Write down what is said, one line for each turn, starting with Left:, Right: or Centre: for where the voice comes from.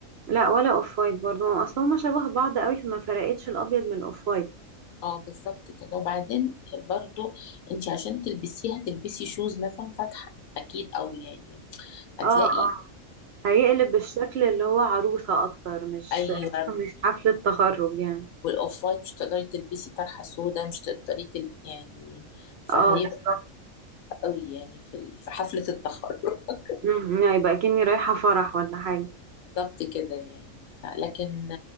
Right: لا ولا اوف وايت برضو ما اصل هما شبه بعض قوي فما فرقتش الابيض من الاوف وايت
Left: اه بالظبط كده وبعدين برضو انت عشان تلبسيه هتلبسي شوز مثلا فاتحة اكيد او يعني هتلاقي
Right: اه اه هيقلب بالشكل اللي هو عروسة اكتر مش
Left: ايوه
Right: مش حفلة تخرج يعني
Left: والاوف وايت مش تقدري تلبسي طرحة سودا مش تقدري تلبسي يعني فهيبقى
Right: اه بالظبط
Left: قوي يعني في ال- في حفلة التخرج <laughs>
Right: مم، يعني يبقى كأني رايحة فرح ولا حاجة
Left: بالظبط كده يعني ف- لكن